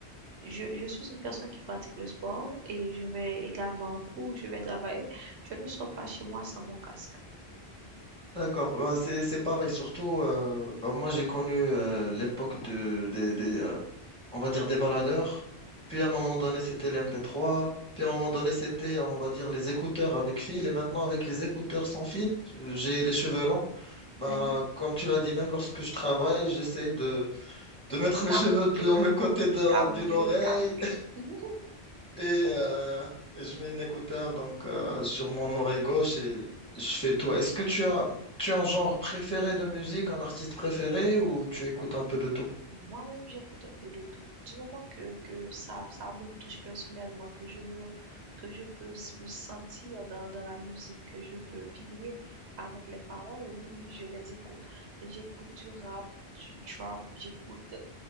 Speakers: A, on the right; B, in the centre.
A: Je, je suis une personne qui pratique le sport et je vais également au cours, je vais travailler. Je ne sors pas chez moi sans mon casque.
B: D'accord, Bah, c'est c'est pareil. Surtout, euh, bah, moi j'ai connu euh, l'époque de, des, des, euh, on va dire des baladeurs. Puis à un moment donné c'était les MP3. Puis à un moment donné c'était, on va dire les écouteurs avec fil. Et maintenant avec les écouteurs sans fil, euh, j'ai les cheveux longs. Bah
A: <laughs>
B: comme tu l'as dit, même lorsque je travaille, j'essaie de de
A: De
B: mettre mes
A: camoufler,
B: cheveux dans le côté
A: de
B: de-
A: camoufler
B: d'une oreille
A: le casque. Mhm.
B: et euh, et je mets une écouteur donc euh, sur mon oreille gauche et je fais tout. Est-ce que tu as tu as un genre préféré de musique, un artiste préféré ou tu écoutes un peu de tout?
A: Moi-même, j'écoute un peu de tout. Du moment que, que ça, ça me touche personnellement, que je me, que je peux s- me sentir dans, dans la musique, que je peux vibrer avec les paroles, oui, oui, je les écoute. J'écoute du rap, du trap, j'écoute de-